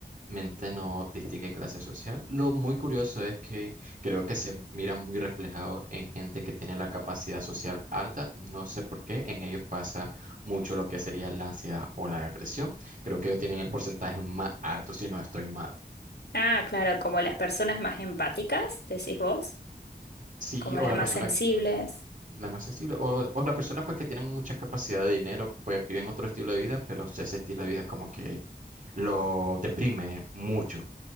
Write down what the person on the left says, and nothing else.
Ah, claro, como las personas más empáticas, decís vos,
como
las
más
sensibles.